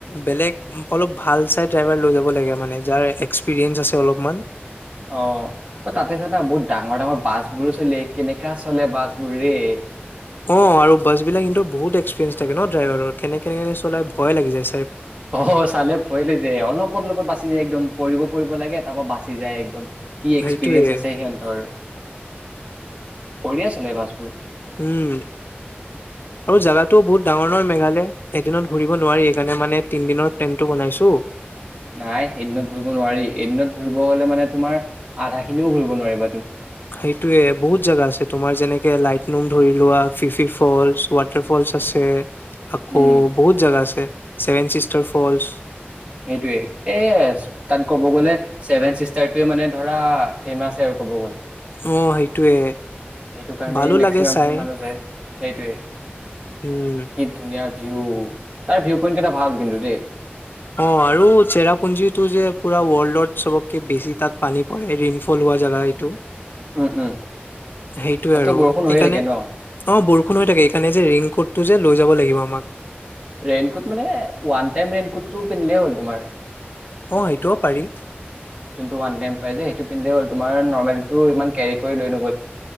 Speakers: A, on the left; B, on the right.
A: বেলেগ অলপ ভাল চাই ড্ৰাইভাৰ লৈ যাব লাগে মানে যাৰ এক্সপিৰিয়েঞ্চ আছে অলপমান
B: অ অ তাতে জানা বহুত ডাঙৰ ডাঙৰ বাছ বোৰো চলি কেনেকা চলে বাছ বোৰ ৰে
A: অ আৰু বাছ বিলাক কিন্তু বহুত এক্সপিৰিয়েন্ঞ্চ থাকে ন ড্ৰাইভাৰৰ কেনেকে চলাই ভয় লাগি যাই
B: অ অ চালে ভয় লাগ যে অলপ লপত লপত বাচি যায় একদম পৰিব পৰিব লাগে তাৰ পৰা বাচি যায় একদম কি এক্সপিৰিয়েঞ্চ
A: সেইটোয়ে
B: আছে সিহঁতৰ বঢ়িয়া চলে বাছবোৰ
A: উম। আৰু জাগাটো বহুত ডাঙৰ ডাঙৰ মেঘালয় এদিনত ঘূৰিব নোৱাৰি এইকাৰণে মানে তিনদিনৰ প্লেনটো বনাইছো
B: নাই এদিনত ঘুৰিব নোৱাৰি এদিনত ঘূৰিব হলে মানে তোমাৰ আধা খিনিও ঘূৰিব নোৱাৰিব
A: সেইটোয়ে বহুত জেগা আছে তোমাৰ যেনেকে লাইট নুম ধৰি লোৱা ফিফি ফলছ ৱাটাৰ ফলছ আছে আকৌ
B: উম,
A: বহুত জেগা আছে ছেভেন চিষ্টাৰ ফলছ
B: সেইটোয়ে এ তাত ক'ব গ'লে ছেভেন চিষ্টাৰটোৱে মানে ধৰা ফেমাছে আৰু ক'ব গ'লে
A: উ সেইটোৱে।
B: সেইটো কাৰণেই
A: ভালো
B: মেক্সিমাম
A: লাগে চাই।
B: খিনি মানুহ যায় সেইটোয়ে।
A: উম
B: কি ধুনীয়া ভিউ তাৰ ভিউ পইণ্ট কেইটা ভাল কিন্তু দেই
A: অ আৰু চেৰাপুঞ্জীটো যে পুৰা ৱৰ্ল্ড চবতকে বেছি তাত পানী পৰে ৰেইণ-ফল হোৱা জেগা এইটো
B: উম উম
A: সেইটোয়ে
B: তাতো
A: আৰু
B: বৰষুণ হৈয়ে
A: এইকাৰণে।
B: থাকে ন
A: অ বৰষুণ হৈ থাকে এইকাৰণে যে ৰেইনকোট টো যে লৈ যাব লাগিব আমাক
B: ৰেইনকোট মানে ওৱান টাইম ৰেইনকোটটো পিন্ধিলেই হ'ল তোমাৰ
A: অ সেইটোও পাৰি
B: যোনটো ওৱান-চাইম পাইযে পিন্ধেই হ'ল তোমাৰ নৰ্মমেলটো ইমান কেৰি কৰি লৈ নু